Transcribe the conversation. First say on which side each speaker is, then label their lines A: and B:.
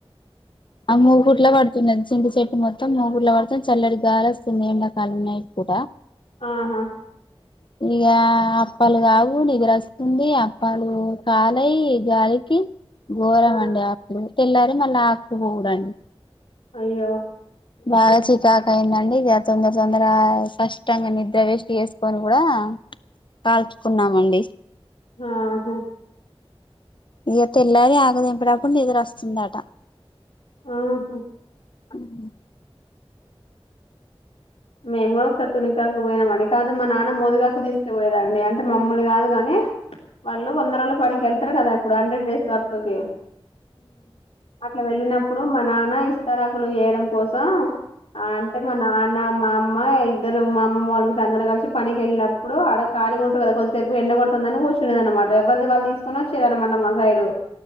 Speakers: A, on the left; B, on the left.
A: ఆ మూగుట్లో పడుతున్నది చింత చెట్టు మొత్తం మూగుట్లో పడుతు చల్లటిగాలి వ స్తోంది ఎండాకాలం నైట్ పూట
B: ఆహా
A: ఇగా అప్పాలు కావు నిద్రొస్తుంది అప్పాలు కాలయి గాలికి ఘోరం
B: ఆ
A: అండి అప్పుడు తెల్లారి మళ్ళీ ఆకు కూడా అండి
B: అయ్యో
A: బాగా చికాక్ అయిందండి ఇగ తొందర తొందర కష్టంగా నిద్ర వేస్ట్ చేసుకొని కూడా కాల్చుకున్నామండి
B: ఆహా
A: ఇక తెల్లారి ఆకుతెంపేటప్పుడు నిద్రొస్తుందట
B: ఆహా
A: హ్మ్
B: మేము కూడా ఒకసారి తునికాకుకు పోయామండి కాదు మా నాన్న మోదగాకులకు తీసుకపోయేదండి అంటే మమ్ముల్ని కాదు గాని వాళ్ళు వందరోళ్ళ పనికి వెళ్తారు కదా ఇప్పుడు హండ్రెడ్ డేస్ వర్క్ కి అట్ల వెళ్ళినప్ నప్పుడు మా నాన్న ఇస్తరాకులు చేయడం కోసం అంటే మా నాన్న మా అమ్మ ఇద్దరు మా అమ్మమ్మ వాళ్ళుగిట్ల అందరుూ కలిసి పనికి వెళ్ళినప్పుడు ఆడ కాలీగుంటరు కదా కొద్దిసేపు ఎండ కొడుతు తుంది అని కూర్చుందనమాట ఎవరిది వాళ్ళు తీసుకొని వచ్చేదనమాట మా సైడు